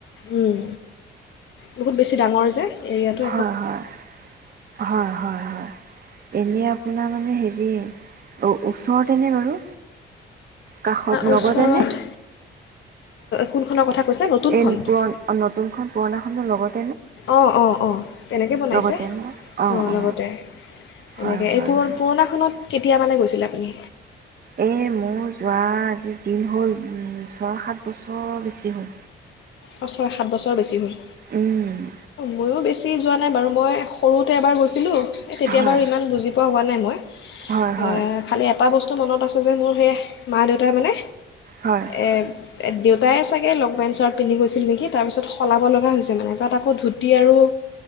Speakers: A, on the left (about 70°); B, on the right (about 50°).
A: উম বহুত বেছি ডাঙৰ যে এটো
B: হয় হয় হয় হয় হয় এনে আপোনাৰ মানে হেৰি ওচৰতেনে বাৰু কাষত
A: ওচৰত
B: লগতেনে
A: কোনখনৰ কথা কৈছে নতুনখন
B: এই পুৰণ নতুনখন পুৰণা খৰ লগত
A: অঁ অঁ অঁ তেনেকৈ বনাইছে
B: লগতে ন অ
A: অঁ
B: অ
A: লগতে
B: হয়
A: এনেকৈ
B: হয়
A: এই পুৰ
B: হয়
A: পুৰণাখনত কেতিয়া মানে গৈছিলে আপুনি
B: এই মোৰ যোৱা আজিৰ দিন হ'ল ওম' ছয়, সাত বছৰ বেছি হ'ল।
A: অ' ছয়, সাত বছৰ বেছি হ'ল।
B: উম
A: মইওঁ বেছি। <unintelligible> যোৱা নাই বাৰু মই সৰুতে এবাৰ গৈছিলোঁ তেতিয়া
B: হয়
A: বাৰু ইমান বুজি <unintelligible> হোৱা নাই মই।
B: হয় হয়
A: এ খালি এটা বস্তু <unintelligible> মনত আছে যে মোৰ সেই মা দেউতাই মানে
B: হয়
A: এ দেউতাই চাগে লং পেণ্ট চাৰ্ট পিন্ধি গৈছিল নেকি, তাৰপিছত সলাব লগা হৈছে মানে। তাত আকৌ ধূতি আৰু